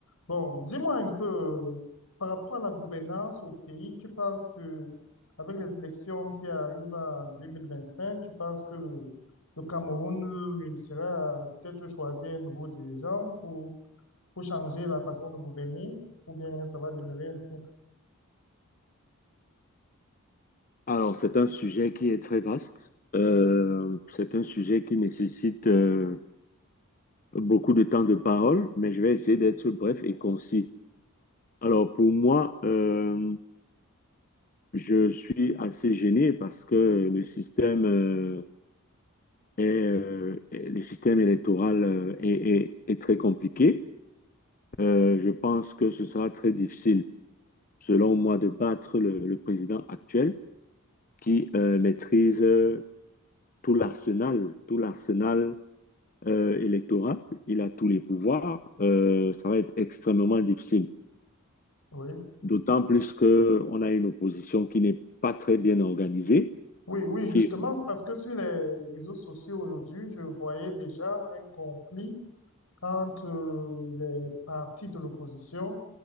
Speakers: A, on the left; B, on the left.
A: Bon, dis-moi un peu, euh, par rapport à la gouvernance au pays, tu penses que, avec les élections qui arrivent en 2025, tu penses que le, le Cameroun réussira à peut-être choisir un nouveau dirigeant pour, pour changer la façon de gouverner, ou bien ça va demeurer ainsi?
B: Alors, c'est un sujet qui est très vaste. Euh, c'est un sujet qui nécessite euh, beaucoup de temps de parole, mais je vais essayer d'être bref et concis. Alors, pour moi, euh, je suis assez gêné parce que le système, euh, est, euh, est- le système électoral euh, est, est- est très compliqué. Euh, je pense que ce sera très difficile, selon moi, de battre le, le président actuel qui euh, maîtrise euh, tout l'arsenal, tout l'arsenal euh, électorat, il a tous les pouvoirs, euh, ça va être extrêmement difficile.
A: Oui.
B: D'autant plus que on a une opposition qui n'est pas très bien organisée,
A: Oui, oui, justement,
B: qui...
A: parce que sur les réseaux sociaux aujourd'hui, je voyais déjà un conflit entre euh, les partis de l'opposition